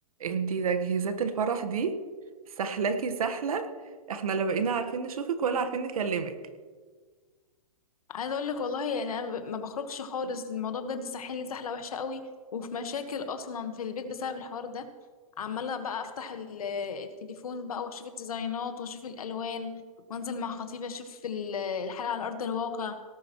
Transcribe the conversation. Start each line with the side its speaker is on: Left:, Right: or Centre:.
Right: انتي تجهيزات الفرح دي سحلاكي سحلة احنا لا بقينا عارفين نشوفك ولا عارفين نكلمك
Left: عايزه اقول لك والله يعني انا ب- ما بخرجش خالص الموضوع بجد ساحلني سحله وحشه قوي وفي مشاكل اصلا في البيت بسبب الحوار ده عماله بقى افتح ال- التليفون بقى واشوف الديزاينات واشوف الالوان وانزل مع خطيبي اشوف ال- الحاجه على ارض الواقع